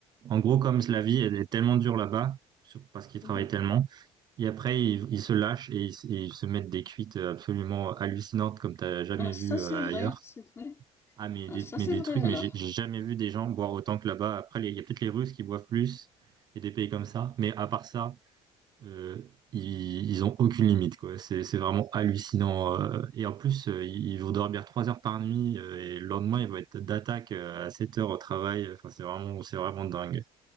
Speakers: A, on the right; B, on the left.
A: En gros, comme la vie, elle est tellement dure là-bas, sur- parce qu'ils
B: Mhm.
A: travaillent tellement, et après, ils, ils se lâchent et ils, et ils se mettent des cuites absolument hallucinantes comme t'as jamais
B: Ah, ça
A: vu
B: c'est
A: euh,
B: vrai,
A: ailleurs.
B: c'est vrai.
A: Ah, mais
B: Ah,
A: des,
B: ça
A: mais
B: c'est
A: des
B: vrai
A: trucs, mais
B: alors.
A: j'ai j'ai jamais vu des gens boire autant que là-bas. Après, les- il y a peut-être les Russes qui boivent plus et des pays comme ça, mais à part ça, euh, ils, ils ont aucune limite, quoi. C'est, c'est vraiment hallucinant. euh. et en plus, euh, ils ils vont dormir trois heures par nuit euh, et le lendemain, ils vont être d'attaque euh, à 7 heures au travail. Enfin, c'est vraiment, c'est vraiment dingue.